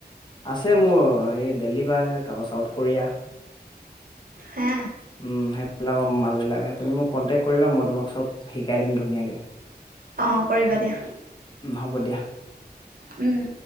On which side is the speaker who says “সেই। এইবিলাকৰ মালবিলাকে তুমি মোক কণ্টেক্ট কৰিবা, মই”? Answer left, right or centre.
Left